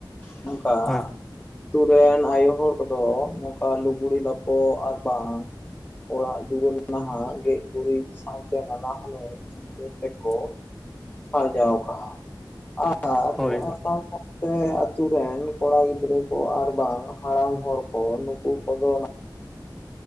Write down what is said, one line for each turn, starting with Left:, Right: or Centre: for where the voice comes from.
Left: ᱱᱚᱝᱠᱟ
Centre: ᱦᱮᱸ
Left: ᱟᱛᱩ ᱨᱮᱱ ᱟᱭᱳ ᱦᱚᱲ ᱠᱚᱫᱚ ᱱᱚᱝᱠᱟ ᱞᱩᱜᱽᱲᱤ ᱞᱟᱯᱚ ᱟᱨ ᱵᱟᱝ ᱚᱲᱟᱜ ᱫᱩᱣᱟᱹᱨ ᱱᱟᱦᱟᱜ ᱜᱮ ᱜᱮᱡ ᱜᱩᱨᱤᱡ ᱥᱟᱶᱛᱮ ᱱᱟᱱᱟ ᱦᱩᱱᱟᱹᱨ ᱪᱤᱛᱟᱹᱨ
Centre: <inaudible>
Left: ᱛᱮᱠᱚ
Centre: ᱼᱼ
Left: ᱥᱟᱡᱟᱣ ᱠᱟᱜᱼᱟ ᱾ ᱟᱨ
Centre: ᱦᱳᱭ
Left: ᱚᱱᱟ ᱥᱟᱶ ᱛᱮ ᱟᱛᱳ ᱨᱮᱱ ᱠᱚᱲᱟ ᱜᱤᱫᱽᱨᱟᱹ ᱠᱚ ᱟᱨ ᱵᱟᱝ ᱦᱟᱲᱟᱢ ᱦᱚᱲ ᱠᱚ ᱱᱩᱠᱩ ᱠᱚᱫᱚ ᱱᱟᱜᱼᱼ